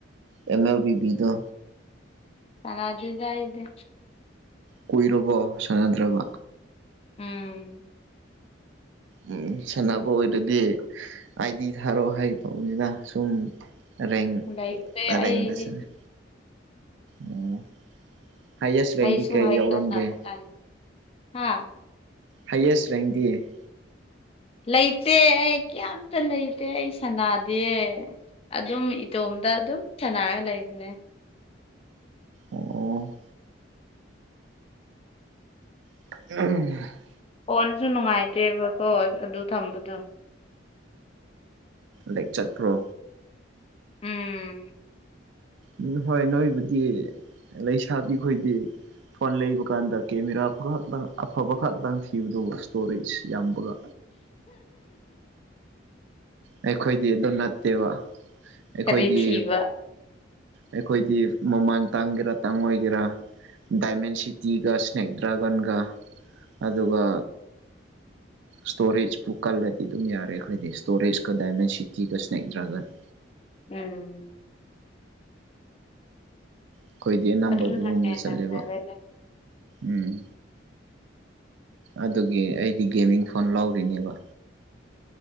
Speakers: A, on the right; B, on the left.
A: ꯑꯦꯝ ꯑꯦꯜ ꯕꯤ ꯕꯤꯗꯣ
B: ꯁꯥꯟꯅꯗꯔꯤꯗ ꯑꯩꯗꯤ
A: ꯀꯨꯏꯔꯕꯣ ꯁꯥꯟꯅꯗ꯭ꯔꯥꯕ
B: ꯎꯝ꯫
A: ꯎꯝ ꯁꯥꯟꯅꯕ ꯑꯣꯏꯔꯗꯤ ꯑꯥꯏ-ꯗꯤ ꯊꯥꯔꯣꯛꯑꯣ ꯍꯥꯏꯒꯦ ꯇꯧꯕꯅꯤꯗ ꯁꯨꯝ ꯔꯦꯡ
B: ꯂꯩꯇꯦ ꯑꯩꯗꯤ
A: ꯔꯦꯡꯗ ꯁꯥꯟꯅꯩ ꯑꯣ ꯍꯥꯏꯌꯦꯁ ꯔꯦꯡꯗꯤ
B: ꯍꯩꯁꯨ
A: ꯀꯩ
B: ꯍꯩꯇꯅ
A: ꯌꯥꯎꯔꯝꯒꯦ
B: ꯀꯗꯥꯏ ꯍꯥ
A: ꯍꯥꯏꯌꯦꯁ ꯔꯦꯡꯗꯤ
B: ꯂꯩꯇꯦ ꯑꯩ ꯀ꯭ꯌꯥꯝꯇ ꯂꯩꯇꯦ ꯑꯩ ꯁꯅꯥꯗꯦ ꯑꯗꯨꯝ ꯏꯇꯣꯝꯇ ꯑꯗꯨꯝ ꯁꯥꯟꯅꯔꯒ ꯂꯩꯕꯅꯦ
A: ꯑꯣ <unintelligible>
B: ꯐꯣꯟꯁꯨ ꯅꯨꯡꯉꯥꯏꯇꯦꯕꯀꯣ ꯑꯗꯨ ꯊꯝꯕꯗꯣ
A: ꯂꯩꯛ ꯆꯠꯄ꯭ꯔꯣ
B: ꯎꯝ
A: ꯎꯝ ꯍꯣꯏ ꯅꯣꯏꯕꯨꯗꯤ ꯂꯩꯁꯥꯕꯤ ꯈꯣꯏꯗꯤ ꯐꯣꯟ ꯂꯩꯕ ꯀꯥꯟꯗ ꯀꯦꯃꯦꯔꯥ ꯈꯛꯇꯪ ꯑꯐꯕ ꯈꯛꯇꯪ ꯊꯤꯕꯗꯨ ꯏꯁ꯭ꯇꯣꯔꯦꯖ ꯌꯥꯝꯕꯒ ꯑꯩꯈꯣꯏꯗꯤ ꯑꯗꯨ ꯅꯠꯇꯦꯕ ꯑꯩꯈꯣꯏꯗꯤ
B: ꯀꯔꯤ ꯊꯤꯕ
A: ꯑꯩꯈꯣꯏꯗꯤ ꯃꯃꯥꯟ ꯇꯥꯡꯒꯦꯔꯥ ꯇꯥꯡꯉꯣꯏꯒꯦꯔꯥ ꯗꯥꯏꯃꯦꯟ ꯁꯤꯇꯤꯒ ꯏꯁꯅꯦꯛ ꯗ꯭ꯔꯥꯒꯟꯒ ꯑꯗꯨꯒ ꯁ꯭ꯇꯣꯔꯦꯖꯄꯨ ꯀꯜꯂꯗꯤ ꯑꯗꯨꯝ ꯌꯥꯔꯦ ꯑꯩꯈꯣꯏꯗꯤ ꯁ꯭ꯇꯣꯔꯦꯖꯀ ꯗꯥꯏꯃꯦꯟ ꯁꯤꯇꯤꯒ ꯏꯁꯅꯦꯛ ꯗ꯭ꯔꯥꯒꯟ
B: ꯎꯝ
A: ꯑꯩꯈꯣꯏꯗꯤ ꯑꯅꯝꯕ
B: ꯑꯗꯨꯅ
A: ꯑꯗꯨꯒꯨꯝꯕꯗ
B: ꯍꯦꯟꯅ
A: ꯆꯠꯂꯦꯕ
B: ꯐꯔꯦꯗ
A: ꯎꯝ ꯑꯗꯨꯒꯤ ꯑꯩꯗꯤ ꯒꯦꯃꯤꯡ ꯐꯣꯟ ꯂꯧꯔꯤꯅꯦꯕ